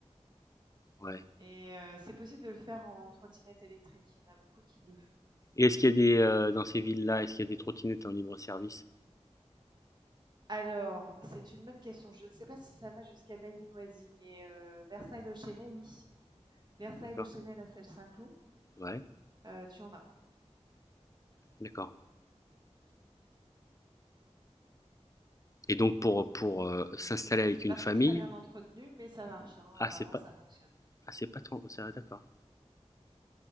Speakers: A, on the left (about 30°); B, on the right (about 40°).
A: ouais.
B: et heu, c'est possible de le faire en trottinette électrique, il y en a beaucoup qui le font.
A: Et est-ce qu'il y a des, euh, dans ces villes-là, est-ce qu'il y a des trottinettes en libre service?
B: Alors, c'est une bonne question. Je ne sais pas si ça va jusqu'à Bailly-Noisy, mais heu, Versailles-le-Chênaie, oui. Versailles-le-Chênaie,
A: D'accord.
B: la Celle-Saint-Cloud,
A: Ouais,
B: heu, tu en as.
A: d'accord. Et donc pour, pour euh, s'installer avec
B: c'est
A: une
B: pas
A: famille,
B: très, très bien entretenu, mais ça marche, hein,
A: ah,
B: apparemment
A: c'est pas,
B: ça fonctionne.
A: ah, c'est pas trop, c'est- d'accord.